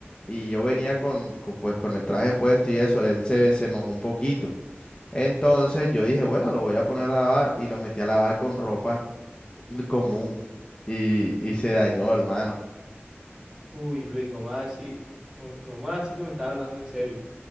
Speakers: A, on the left; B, on the right.
A: y yo venía con, con, pues, con el traje puesto y eso, él se, se mojó un poquito. Entonces yo dije, bueno, lo voy a poner a lavar y lo metí a lavar con ropa <laughs> común y, y se dañó, hermano.
B: Uy, Luis, nomás así, no, nomás así que me estaba hablando en serio.